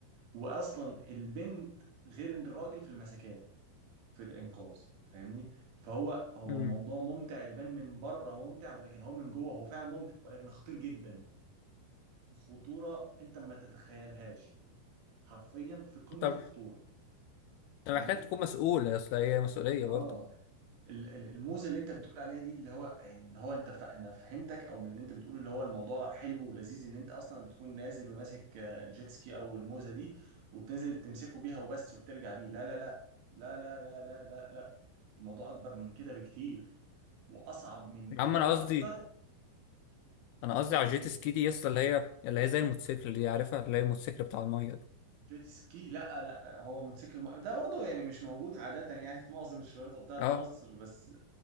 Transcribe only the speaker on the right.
واصلا البنت غير الراجل في المسكات في الانقاذ فاهمني فهو هو
الموضوع ممتع يبان من بره ممتع ولكن هو من جوه هو فعلا ممتع ولكن خطير جدا خطوره انت ما تتخيلهاش حرفيا في قمة
الخطورة فاهمني
اه
ال- ال- الموزة اللي انت بتقول عليها دي اللي هو يعني اللي هو انت ف... انا فهمتك او من اللي انت بتقوله اللي هو الموضوع حلو ولذيذ ان انت اصلا بتكون نازل وماسك آه، الجيت سكي او الموزة دي وبتنزل تمسكه بيها وبس وبترجع بيه لا لا لا لا لا لا لا لا لا الموضوع اكبر من كده بكتير واصعب من كده
اكتر
قصدك
ايه
جيت سكي لا لا هو موتوسيكل الم... ده برضه يعني مش موجود عادة يعني في معظم الشواطئ بتاعت
مصر بس